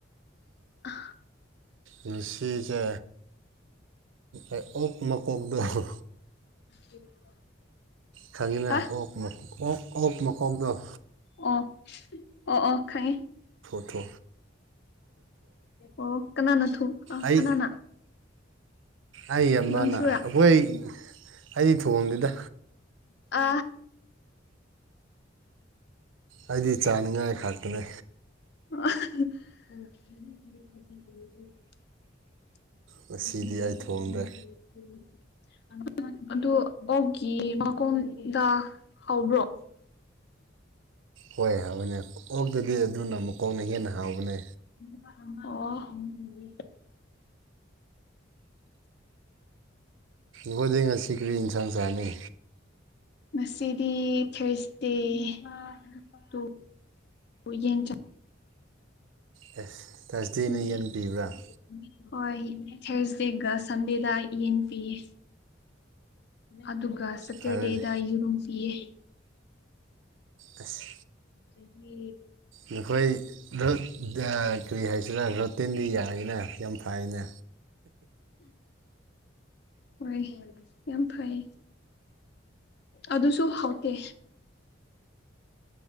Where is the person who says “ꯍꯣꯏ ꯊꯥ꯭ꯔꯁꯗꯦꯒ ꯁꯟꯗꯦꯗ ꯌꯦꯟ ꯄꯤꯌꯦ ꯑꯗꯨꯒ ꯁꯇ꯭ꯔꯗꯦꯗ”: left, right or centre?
Left